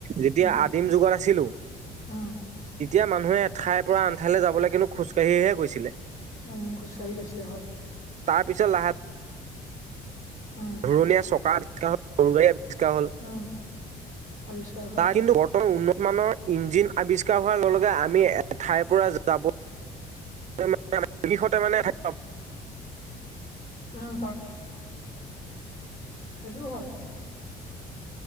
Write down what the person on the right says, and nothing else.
যেতিয়া
আদিম যুগত আছিলো
এতিয়া মানুহে এঠাইৰ পৰা আনঠাইলৈ যাবলৈ কিন্তু খোজকাঢ়িহে গৈছিলে।
তাৰপিছত লাহে
ঘোৰণীয়া চকা আৱিষ্কাৰ হল, সৰু গাড়ী আৱিষ্কাৰ <unintelligible> হ'ল।
কিন্ত বৰ্তমান উন্নত। মানৰ ইঞ্জিন আৱিষ্কাৰ হোৱাৰ লগে-লগে আমি এঠাইৰ পৰা যাব। বিষতে মানে থ <inaudible>